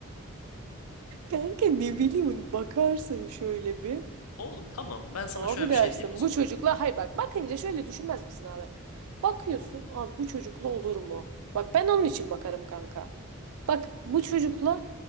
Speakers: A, on the right; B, on the left.
A: kanka ne bileyim hani bakarsın şöyle bir.
B: Oğlum tamam ben sana
A: Abi
B: şöyle bir
A: dersin
B: şey diyeyim o zaman.
A: bu çocukla hayır bak bakınca şöyle düşünmez misin abi? Bakıyorsun abi bu çocukla olur mu? Bak ben onun için bakarım kanka. Bak bu çocukla